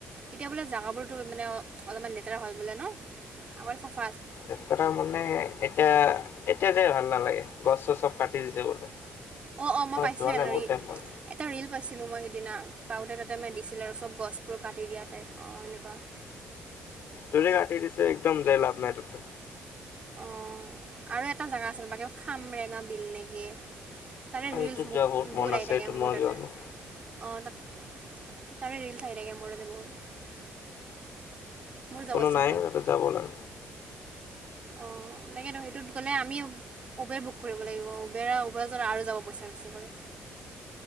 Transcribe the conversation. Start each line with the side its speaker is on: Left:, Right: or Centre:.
Right: এতিয়া বোলে জাগাবোৰতো মানে অ অলপমান লেতেৰা হয় বোলে ন', আমাৰ চাফ
Left: লেতেৰা মানে, এতিয়া, এতিয়া যাই ভাল নালাগে, গছ চছ চব কাটি দিছে বোলে।
Right: অ', অ', মই পাইছিলো
Left: যোৱা নাই
Right: এটা
Left: বহুত
Right: ৰিল,
Left: টাইম হ'ল
Right: এটা ৰিল পাইছো। ছিলো মই সিদিনা পাওঁতে তাতে মে দিছিল আৰু চব গছবোৰ কাটি দিয়া টাইপ অ এনেকুৱা <inaudible>
Left: যোনে কাটি দিছে একদম যাই লাভ নাই তাতে
Right: অ আৰু এটা জোগা আছিল বা কি খামৰেঙা বিল নেকি তাতে
Left: আৰু
Right: ৰিলচ
Left: এইটোত
Right: ব
Left: যোৱা মন
Right: বহুত আহি
Left: আছে
Right: থাকে
Left: এইটোত
Right: মোৰ
Left: মই
Right: তাতে
Left: যোৱা নাই
Right: অ তাত তাৰে ৰিলচ আহি থাকে মোৰ ইয়াতে বহুত মোৰ যাব
Left: কোনো
Right: ইচ্ছা
Left: নাই তাতে যাব লৈ
Right: অ তকেটো সেইটোত গ'লে আমি উবেৰ বুক কৰিব লাগিব উবেৰা উবেৰ আৰু যাব পইচা বেছি কৰি <inaudible>